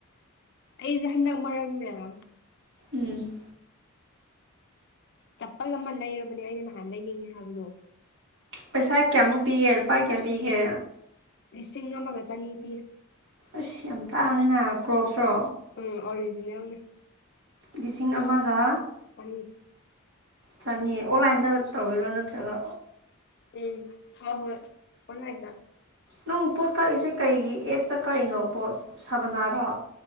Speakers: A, on the left; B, on the right.
A: ꯑꯩꯁꯦ ꯍꯟꯗꯛ ꯃꯔꯛ ꯃꯌꯥꯝ
B: ꯎꯝ
A: ꯆꯄꯜ ꯑꯃ ꯂꯩꯔꯕꯅꯦ ꯑꯩꯅ ꯅꯍꯥꯟ ꯂꯩꯅꯤꯡꯉꯦ ꯍꯥꯏꯕꯗꯣ
B: ꯄꯩꯁꯥ ꯀꯌꯥꯃꯨꯛ ꯄꯤꯒꯦ ꯂꯨꯄꯥ ꯀꯌꯥ ꯄꯤꯒꯦ
A: ꯂꯤꯁꯤꯡ ꯑꯃꯒ ꯆꯅꯤ ꯄꯤ
B: ꯑꯁ ꯌꯥꯝ ꯇꯥꯡꯅꯤꯤꯅ ꯀ꯭ꯔꯣꯞꯇꯣ
A: ꯎꯝ ꯑꯔꯣꯏꯂꯤꯅꯤ ꯌꯥꯎꯅꯤ
B: ꯂꯤꯁꯤꯡ ꯑꯃꯒ
A: ꯆꯅꯤ
B: ꯆꯅꯤꯌꯦ ꯑꯣꯟꯂꯥꯏꯟꯗ ꯇꯧꯕꯔꯤꯔꯣ ꯅꯠꯇ꯭ꯔꯒ
A: ꯎꯝ ꯍ ꯍꯣꯏ ꯆꯟ ꯍꯥꯏꯗ
B: ꯅꯪ ꯄꯣꯠ ꯀꯛꯏꯁꯦ ꯀꯩꯒꯤ ꯑꯦꯞꯇ ꯀꯛꯏꯅꯣ ꯄꯣꯠ ꯁꯥꯕꯅꯥꯔꯣ